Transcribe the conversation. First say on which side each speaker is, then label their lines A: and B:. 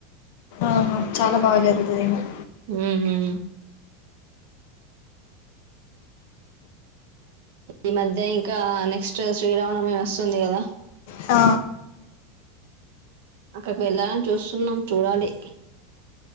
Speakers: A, on the left; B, on the right.
A: ఆహా చాలా బాగా జరు పోయినాం
B: ఉ ఊ ఈ మధ్య ఇంకా నెక్స్ట్ శ్రీరామనవమి వస్తుంది కదా
A: ఆ
B: అక్కడికి వెళ్దాం చూస్తున్నాం చూడాలి